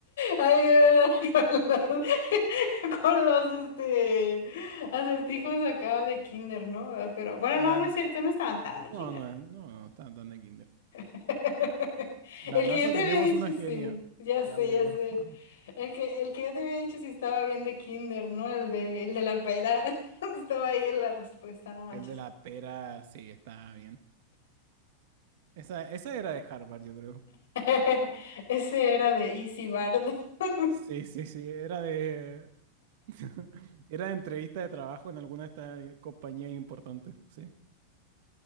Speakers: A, on the left; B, on the right.
A: Ayuda con los, <laughs> con los, este, acertijos acá de kinder, ¿no? Pero bueno,
B: la...
A: no, no es cierto, no estaban tan de
B: No,
A: kinder.
B: no, no, no, tan, tan de kinder.
A: <laughs>
B: La
A: El
B: NASA
A: que yo te
B: tenemos
A: había dicho,
B: una genia.
A: sí, ya
B: Claudia,
A: sé, ya
B: por
A: sé.
B: favor.
A: El que, el que yo te había dicho si estaba bien de kinder, ¿no? El de, el de la pera. <laughs> Estaba ahí en la respuesta, no manches.
B: El de la pera, sí, está bien. Esa, esa era de Harvard, yo creo.
A: <laughs> Ese era de Easy Bard. <laughs>
B: Sí, sí, sí, era de... <laughs> Era de entrevista de trabajo en alguna de estas eh, compañías importantes, sí.